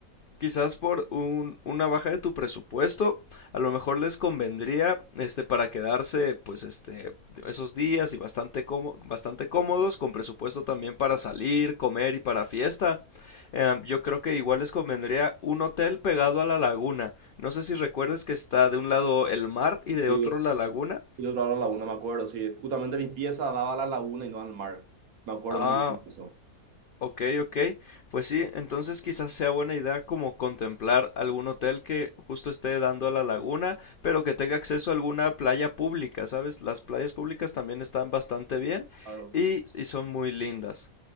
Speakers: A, on the left; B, on the right.
A: quizás por un, una baja de tu presupuesto, a lo mejor les convendría este para quedarse pues este esos días y bastante cómo- bastante cómodos con presupuesto también para salir, comer y para fiesta. Eh, yo creo que igual les convendría un hotel pegado a la laguna. No sé si recuerdes que está de un lado el mar y de
B: Sí,
A: otro la laguna.
B: y yo trabajaba en la laguna, me acuerdo, sí. Justamente mi pieza daba a la laguna y no al mar. Me acuerdo
A: Ah,
B: muy bien de eso.
A: Ok, ok. Pues sí, entonces quizás sea buena idea como contemplar algún hotel que justo esté dando a la laguna, pero que tenga acceso a alguna playa pública, ¿sabes? Las playas públicas también están bastante bien
B: Claro.
A: y, y son muy lindas.